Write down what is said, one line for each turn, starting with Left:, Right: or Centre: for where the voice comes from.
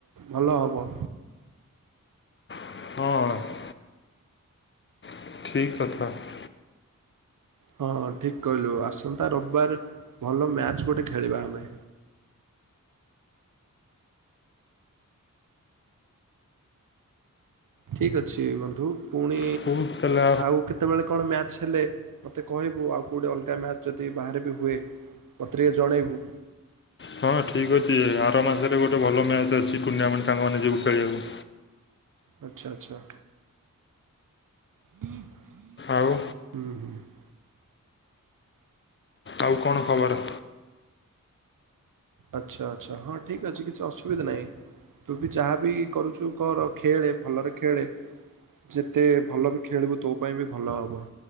Right: ଭଲ ହବ।
Left: <unintelligible> <unintelligible>
Right: ହଁ ଠିକ୍ କହିଲୁ, ଆସନ୍ତା ରବ୍ ବାରେ ଭଲ ମ୍ୟାଚ୍ ଗୋଟେ ଖେଳିବା ଆମେ। ଠିକ୍ ଅଛି ବନ୍ଧୁ। ପୁଣି
Left: ହଉ ତାହେଲେ
Right: ଆଉ କେ କେ---ବେଳେ କ'ଣ ମ୍ୟାଚ୍ ହେଲେ, ମତେ କହିବୁ, ଆଉ କଉଠି ଅଲ୍ଗା ମ୍ୟାଚ୍ ଯଦି ବାହାରେ ବି ହୁଏ। ମତେ ଟିକେ ଜଣେଇବୁ।
Left: ହଁ ଠିକ୍ ଅଛି, ଆର ମାସରେ ଗୋଟେ ଭଲ ମ୍ୟାଚ୍ ଅଛି, ଟୁ--------ସାଙ୍ଗ ମାନେ ଯିବୁ ଖେଳିବାକୁ।
Right: ଆଚ୍ଛା ଆଚ୍ଛା। ହୁଁ ହ <inaudible>
Left: ଆଉ।
Right: <inaudible>
Left: ଆଉ କ'ଣ ଖବର?
Right: ଆଚ୍ଛା ଆଚ୍ଛା ହଁ ଠିକ୍ ଅଛି କିଛି ଅସୁବିଧା ନାହିଁ। ତୁବି ଯାହାବି କରୁଛୁ କର ଖେଳେ ଭଲରେ ଖେଳେ। ଯେତେ ଭଲବି ଖେଳିବୁ ତୋ ପାଇଁବି ଭଲ ହବ।